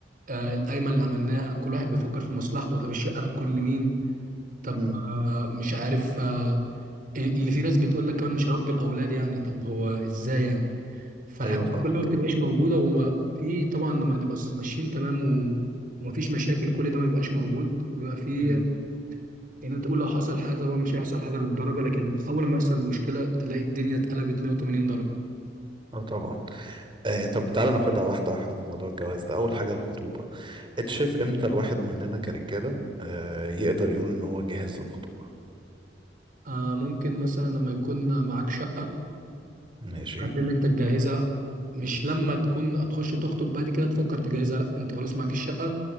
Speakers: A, on the right (about 50°); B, on the right (about 30°).
A: آه القايمة اللي عملناها كل واحد بيفكر في مصلحته طب الشقة هتكون لمين طب
B: امم
A: آه مش عارف آه اللي في ناس بتقول لك كمان مش ربي الأولاد يعني طب هو ازاي يعني فالحاجات
B: ايوه فاهمك
A: دي كلها ما بتبقاش موجودة هو في طبعا لما نبقى ماشيين تمام و- ومفيش مشاكل كل ده ما بيبقاش موجود وبيبقى في
B: امم
A: يعني انت تقول لو حصل حاجه طبعا مش هيحصل حاجه للدرجه لكن اول ما يحصل المشكله تلاقي الدنيا اتقلبت 180 درجه
B: اه طبعا آه طب تعالى ناخدها واحده واحده في موضوع الجواز ده اول حاجه الخطوبه انت شايف امتى الواحد مننا كرجاله آه يقدر يقول ان هو جاهز للخطوبه
A: آه ممكن مثلا لما يكون معاك شقه
B: ماشي
A: الحاجات اللي انت تجهزها مش لما تكون هتخش تخطب بعد كده تفكر تجهزها لا انت خلاص معاك الشقه